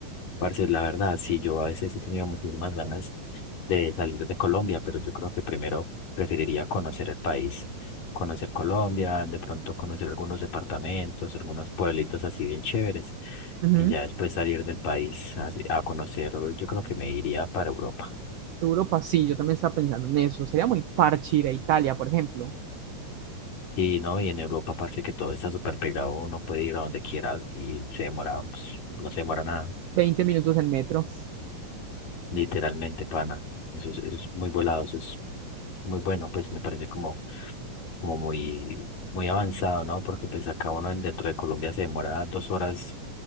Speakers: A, on the left (about 85°); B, on the right (about 80°).
A: Parce, la verdad, sí, yo a veces he tenido muchísimas ganas de salir de Colombia, pero yo creo que primero preferiría conocer el país, conocer Colombia, de pronto conocer algunos departamentos, algunos pueblitos así bien chéveres,
B: Ujú.
A: y ya después salir del país así- a conocer, yo creo que me iría para Europa.
B: Europa, sí, yo también estaba pensando en eso. Sería muy parche ir a Italia, por ejemplo.
A: Sí, ¿no? Y en Europa parece que todo está súper pegado, uno puede ir a donde quiera y se demora, pues, no se demora nada,
B: 20 minutos en metro.
A: literalmente, pana. Eso es, eso es muy volado, eso es muy bueno, pues me parece como, como muy, muy avanzado, ¿no? Porque pues acá uno en- dentro de Colombia se demora dos horas